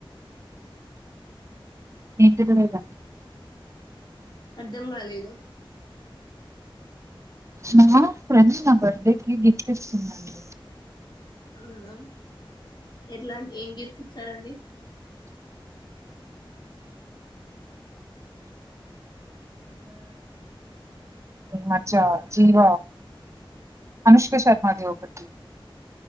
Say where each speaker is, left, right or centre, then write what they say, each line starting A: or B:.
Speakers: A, on the right (about 30°); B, on the left (about 55°).
A: ఏంటదిమీద
B: అర్ధం కాలేదు
A: మొన్న ఫ్రెండ్స్ నా బర్త్డే కి గిఫ్ట్ ఇస్తుందిండి
B: అవునా ఎట్లాంటి ఏం గీప్స్ ఇచ్చారండి
A: ఈమధ్య జీవ అనుష్క శర్మాదీ ఓకటి